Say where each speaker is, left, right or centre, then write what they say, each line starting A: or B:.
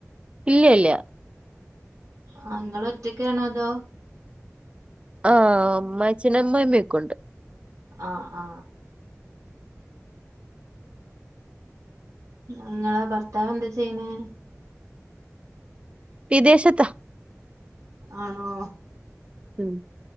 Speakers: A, on the right; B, on the right.
A: ഇല്ല യില്ല
B: അ നിങ്ങൾ ഒറ്റക്കണോ അതോ
A: ആ അ അമ്മായിച്ചൻഅമ്മായിമയൊക്കെ ഇണ്ട്
B: അ അ ആ ഇങ്ങളെ ഭർത്താവ് എന്താ ചെയ്ണ്
A: വിദേശത്ത
B: ആണോ
A: ഉം